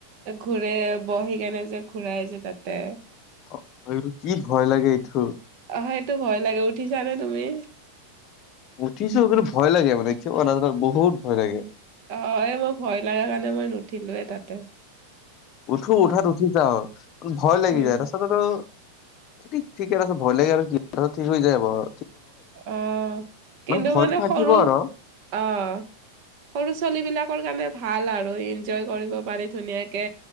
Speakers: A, on the right; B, on the left.
A: ঘূৰে বহি কেনে যে ঘূৰাই যে তাতে
B: অহ, এইটো কি ভয় লাগে এইটো।
A: ভাই এইটো ভয় লাগে উঠিছ নে তুমি?
B: উঠিছো কিন্তু ভয় লাগে কিয়বা নাজানো বহুত ভয় লাগে।
A: অহ, এই মই ভয় লগা কাৰণে মই নুঠিলোৱে তাতে।
B: উঠো উঠাত উঠি যাওঁ ভয় লাগি
A: উম।
B: যায় তাৰছত আৰু ঠিক -ঠিকে তাৰছত ভয় লাগে আৰু কি ঠিক হৈ যায় বৰ।
A: আহ, কিন্তু
B: ভয়তো
A: মানে
B: থাকিব
A: সৰু
B: আৰু
A: অহ সৰু -ছোৱালী বিলাকৰ কাৰণে ভাল আৰু ইনজয় কৰিব পাৰি ধুনীয়াকে